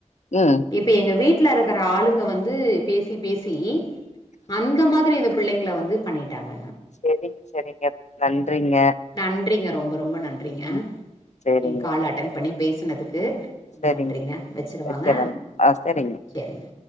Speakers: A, on the left; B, on the left.
A: ம்
B: இப்ப எங்க வீட்ல இருக்குற ஆளுங்க வந்து பேசி பேசி அந்த மாதிரி இந்த பிள்ளைங்கள வந்து பண்ணிட்டாங்க
A: செரிங்க செரிங்க நன்றிங்க
B: நன்றிங்க ரொம்ப ரொம்ப நன்றிங்க
A: ம் சரிங்க
B: எங் கால அட்டன் பண்ணி பேசுனதுக்கு ரொம்ப
A: சரிங்க
B: நன்றிங்க வெச்சுரவாங்க
A: வச்சறேங்க ஆ சரிங்க
B: செரிங்க